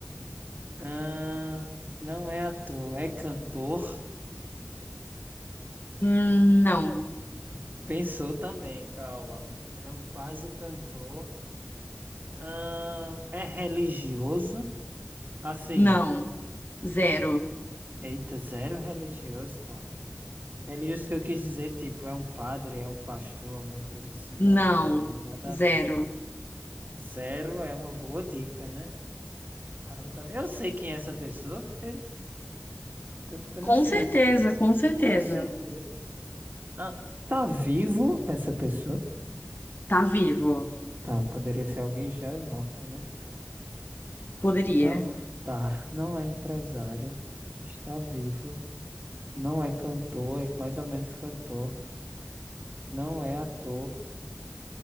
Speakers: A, on the right; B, on the left.
A: Ah, não é ator, é cantor.
B: Hum, Não.
A: Pensou também, calma. É um quase cantor. Ah, é religioso, assim.
B: Não. Zero.
A: Eita, zero religioso, cara. Religioso que eu quis dizer, tipo, é um padre, é um pastor, alguma coisa assim, mas
B: Não.
A: não, né? Nada
B: Zero.
A: a ver. Zero é uma boa dica, né? Caramba, tá- eu sei quem é essa pessoa, porque tô ficando
B: Com
A: ansioso.
B: certeza, com certeza.
A: Com certeza, sim. Ah, tá vivo essa pessoa?
B: Tá vivo.
A: Tá, poderia ser alguém já morto, né?
B: Poderia.
A: Não, tá. Não é empresário. Está vivo. Não é cantor, é mais ou menos cantor. Não é ator.